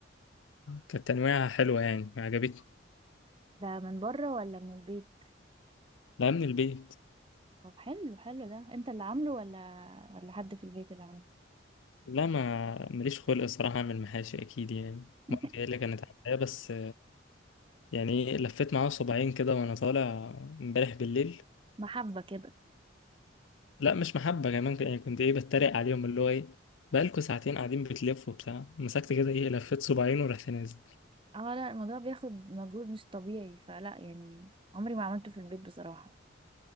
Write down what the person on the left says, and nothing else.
كانت تنويعها حلوه يعني عجبتني
لا من البيت
لا ما ماليش خلق الصراحه اعمل محاشي اكيد يعني
مامتي هي اللي كانت عاملاه بس يعني إيه، لفيت معاها صباعين كده وانا طالع امبارح بالليل
لا مش محبة كمان يعني كنت ايه بتريق عليهم اللي هو ايه بقالكوا ساعتين قاعدين بتلفوا بتاع مسكت كده ايه لفيت صباعين ورحت نازل